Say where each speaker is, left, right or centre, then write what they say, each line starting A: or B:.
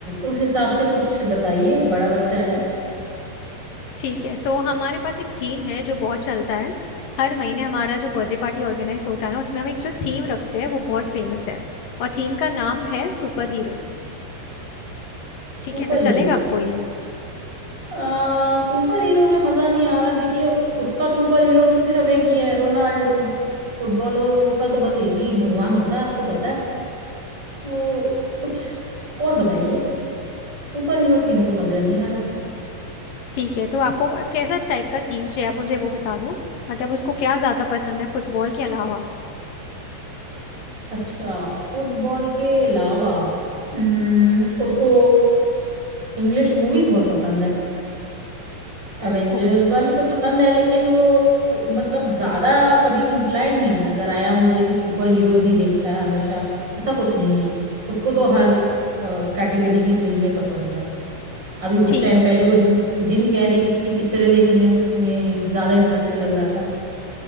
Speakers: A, on the right; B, on the left.
A: उस हिसाब से कुछ बताइए बड़ा बच्चा है
B: ठीक है तो हमारे पास एक थीम है जो बहुत चलता है हर महीने हमारा जो बर्थडे पार्टी ऑर्गेनाइज होता है ना उसमें हम एक जो थीम रखते हैं वो बहुत फेमस है और थीम का नाम है सुपर हीरो ठीक
A: Super
B: है तो
A: hero
B: चलेगा आपको ये
A: आ, सुपर हीरो में मजा नहीं आ रहा देखिए उसका सुपर हीरो तो सिर्फ एक ही है रोनाल्डो फुटबॉलरों का तो बस एक ही भगवान होता है आपको पता है तो कुछ और बताइए सुपर हीरो थीम तो मजा नहीं आ रहा
B: ठीक है तो आपको कैसा टाइप का थीम चाहिए आप मुझे वो बता दो मतलब उसको क्या ज्यादा पसंद है फुटबॉल के अलावा
A: अच्छा फुटबॉल के अलावा उम्म, उसको इंग्लिश मूवीज बहुत पसंद है एवेंजर्स
B: ओ
A: वाली तो पसंद है लेकिन वो फु- मतलब ज्यादा कभी इंक्लाइंड नहीं नजर आया मुझे कि सुपर हीरोज ही देखता है हमेशा ऐसा कुछ नहीं है उसको तो हर कैटेगरी की फिल्में पसंद है अभी कुछ
B: ठीक
A: टाइम पहले वो जिम जिम कैरी पिक- की पिक्चरें देखने में ज्यादा इंटरेस्टेड लग रहा था